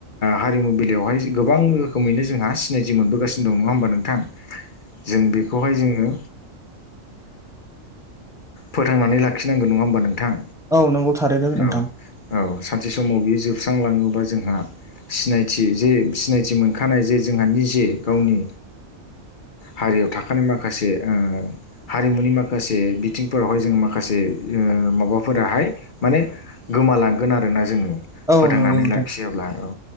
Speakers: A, on the left; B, in the centre.
A: हारिमु बिलइयावहाय गोबां रोखोमैनो जोंहा सिनायथि जि मोनबोगासिनो दंङो नंङा होमबा नोंथां जों बेखौहाय जोंङो फोथांनानै लाखिनांगौ नंङा होमबा नोंथां
B: औ नंगौ थारैनो नोंथां
A: औ - औ सानसे समाव बियो जोब जोबलांङोबा जोंहानाय जे सिनायथि मोनखानाय जे जोंहा जे गावनि हारियाव थाखानाय माखासे हारिमुनि माखासे बिथिंफोरावहाय जोंङो माखासे माबाफोराहाय माने गोमालांगोन आरोना जोंङो
B: औ
A: फोथांनानै
B: नंगौ नोंथां
A: लाखियाब्ला औ